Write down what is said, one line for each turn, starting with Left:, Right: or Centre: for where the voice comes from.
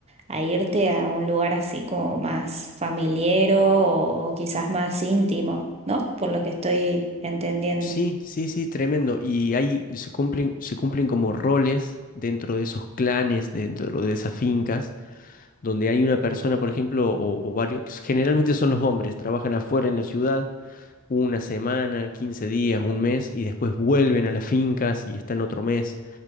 Right: a irte a un lugar así como más familiero o, o quizás más íntimo, ¿no? Por lo que estoy entendiendo.
Left: Sí, sí, sí, tremendo. Y ahí se cumplen, se cumplen como roles dentro de esos clanes, dentro de esas fincas, donde hay una persona, por ejemplo, o, o varios, generalmente son los hombres, trabajan afuera en la ciudad una semana, 15 días, un mes, y después vuelven a las fincas y están otro mes.